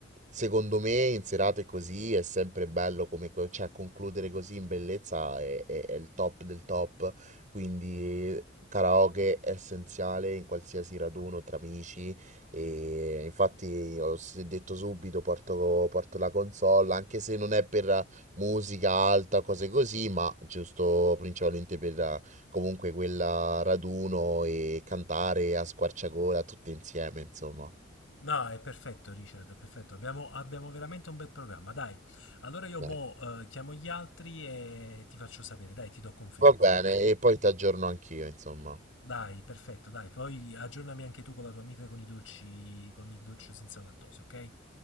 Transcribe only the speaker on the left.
No, è perfetto Richard, è perfetto. Abbiamo, abbiamo veramente un bel programma. Dai, allora io
mo eh, chiamo gli altri e ti faccio sapere. Dai, ti do conferma,
ok?
Dai, perfetto, dai. Poi aggiornami anche tu con la tua amica con i dolci, con il dolce senza lattosio, ok?